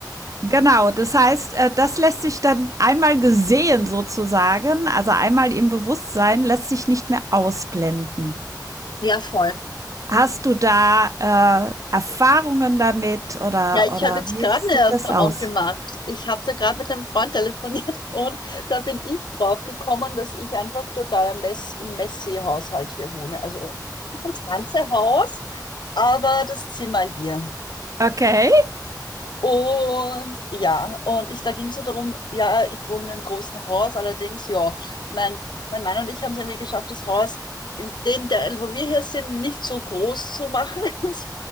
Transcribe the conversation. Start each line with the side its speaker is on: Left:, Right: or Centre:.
Right: Genau, das heißt, äh, das lässt sich dann einmal gesehen sozusagen, also einmal im Bewusstsein, lässt sich nicht mehr ausblenden.
Left: Ja, voll.
Right: Hast du da äh, Erfahrungen damit oder,
Left: Ja, ich
Right: oder
Left: habe jetzt
Right: wie
Left: gerade
Right: sieht
Left: eine Erfahrung
Right: das aus?
Left: gemacht. Ich habe da gerade mit einem Freund telefoniert <laughs> und da bin ich drauf gekommen, dass ich einfach total im Mess, im Messi-Haushalt hier wohne. Also das ganze Haus, aber das Zimmer hier.
Right: Okay,
Left: Und ja, und ich, da ging es so darum, ja, ich wohne in einem großen Haus, allerdings, ja, mein, mein Mann und ich haben es irgendwie geschafft, das Haus in den Teil, wo wir hier sind, nicht so groß zu machen. <laughs> So,